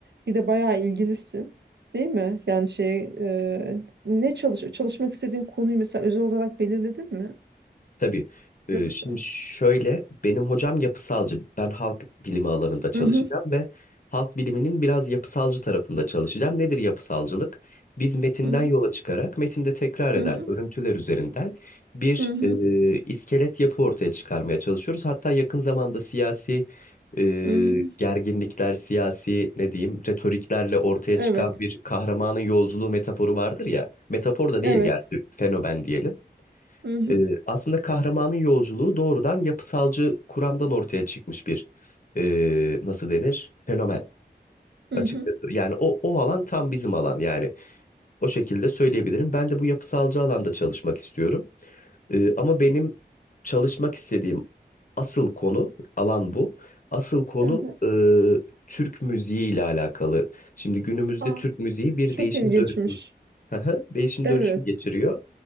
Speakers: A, on the right; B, on the left.
A: Bir de bayağı ilgilisin. Değil mi? Yani şey e, ne çalış çalışmak istediğin konuyu mesela özel olarak belirledin mi?
B: Tabii. Ee,
A: Yoksa.
B: şimdi şöyle benim hocam yapısalcı. Ben halk bilimi alanında çalışacağım
A: Hı hı
B: ve halk biliminin biraz yapısalcı tarafında çalışacağım. Nedir yapısalcılık? Biz metinden
A: hı hı
B: yola çıkarak metinde tekrar eden
A: hı hı
B: örüntüler üzerinden bir
A: hı hı.
B: e, iskelet yapı ortaya çıkarmaya çalışıyoruz. Hatta yakın zamanda siyasi e,
A: hı hı.
B: gerginlikler, siyasi ne diyeyim retoriklerle ortaya
A: Evet.
B: çıkan bir kahramanın yolculuğu metaforu vardır ya. Metafor da değil
A: Evet.
B: gerçi fenomen diyelim.
A: Hı hı
B: Ee, aslında kahramanın yolculuğu doğrudan yapısalcı kuramdan ortaya çıkmış bir ee, nasıl denir? Fenomen
A: hı
B: açıkçası.
A: hı
B: Yani o, o alan tam bizim alan yani. O şekilde söyleyebilirim. Ben de bu yapısalcı alanda çalışmak istiyorum. Ee, ama benim çalışmak istediğim asıl konu, alan bu. Asıl konu
A: hı hı.
B: e, Türk müziği ile alakalı. Şimdi günümüzde
A: Aa,
B: Türk müziği bir
A: çok
B: değişim
A: ilginçmiş.
B: dönüşüm Aha, değişim
A: Evet.
B: dönüşüm geçiriyor.